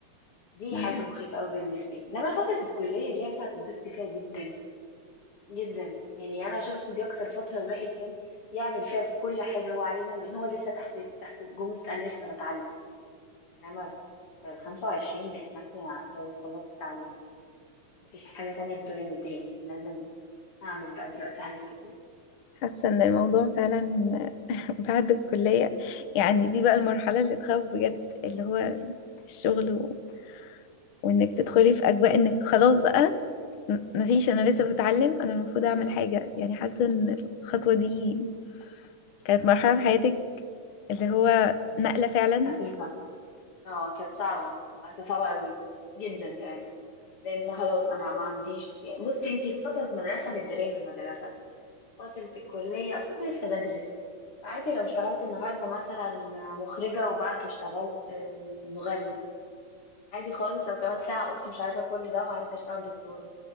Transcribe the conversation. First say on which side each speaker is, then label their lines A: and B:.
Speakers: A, on the left; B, on the left.
A: دي
B: نعم.
A: حاجة مخيفة قوي بالنسبة لي انما فترة الكلية دي انت هتتبسطي فيها جدا جدا يعني انا شفت دي اكتر فتره الواحد كان يعمل فيها كل حاجه هو عايزها لان هو لسه تحت تحت جمله انا لسه بتعلم انما في ال 25 لقيت نفسي انا خلاص خلصت التعليم مفيش حاجه تانية الدنيا تديهالي أنا لازم اعمل بقى دلوقتي حاجات كتير
B: حاسه ان الموضوع فعلا <laughs> بعد الكليه يعني دي بقى المرحله اللي تخوف بجد اللي هو الشغل و... وانك تدخلي في اجواء انك خلاص بقى م- مفيش انا لسه بتعلم انا المفروض اعمل حاجه يعني حاسه ان الخطوه دي كانت مرحله في حياتك اللي هو نقله فعلا
A: خفيفه اه كانت صعبه آه، كانت صعبه قوي جدا كمان لان خلاص انا ما عنديش يعني بصي انتي في فتره مدرسه متداريه في المدرسه فترة الكلية أصلا لسه بدرس عادي لو اشتغلت النهاردة مثلا مخرجة وبعده اشتغلت آه، مغني عادي خالص لو كمان ساعة قلت مش عايزة كل ده وعايزة اشتغل دكتورة